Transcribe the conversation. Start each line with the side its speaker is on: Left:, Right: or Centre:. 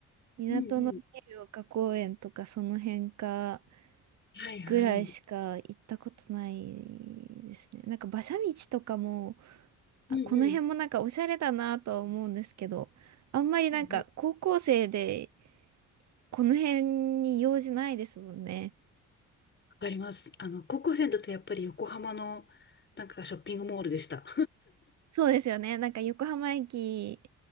Right: 港のビル丘公園とか、
Left: うんうん。
Right: その辺か、
Left: はいはい。
Right: ぐらいしか行ったことないですね。なんか馬車道とかも、
Left: うんうん。
Right: あ、この辺もなんかおしゃれだなとは思うんですけど、あんまりなんか高校生で、
Left: うんうん
Right: この辺に用事ないですもんね。
Left: わかります。あの、高校生だとやっぱり横浜のなんかショッピングモールでした。
Right: そうですよね。なんか横浜駅